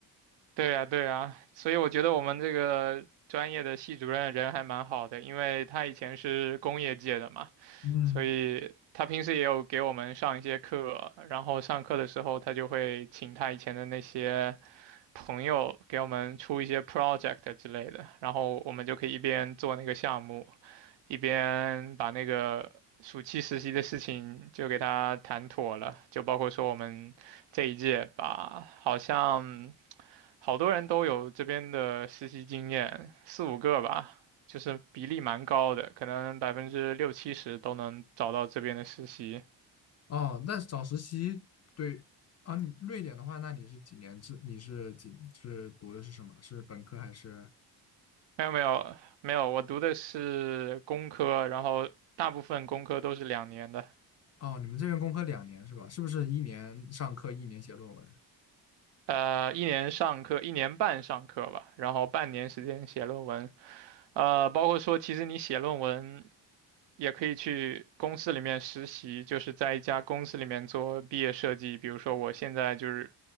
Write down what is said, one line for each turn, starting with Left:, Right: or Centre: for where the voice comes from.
Right: 对呀，对呀，所以我觉得我们这个专业的系主任人还蛮好的，因为他以前是工业界的嘛，
Left: 嗯，
Right: 所以他平时也有给我们上一些课，然后上课的时候他就会请他以前的那些朋友给我们出一些 project 之类的，然后我们就可以一边做那个项目，一边把那个暑期实习的事情就给他谈妥了，就包括说我们这一届吧，好像好多人都有这边的实习经验，四五个吧，就是比例蛮高的，可能百分之六七十都能找到这边的实习。
Left: 哦，那找实习对啊，你瑞典的话，那你是几年制？你是几是读的是什么？是本科还是？
Right: 没有没有没有，我读的是工科，然后大部分工科都是两年的，
Left: 哦，你们这边工科两年是吧？是不是一年上课，一年写论文？
Right: 呃，一年上课，一年半上课吧，然后半年时间写论文。呃，包括说，其实你写论文也可以去公司里面实习，就是在一家公司里面做毕业设计。比如说，我现在就是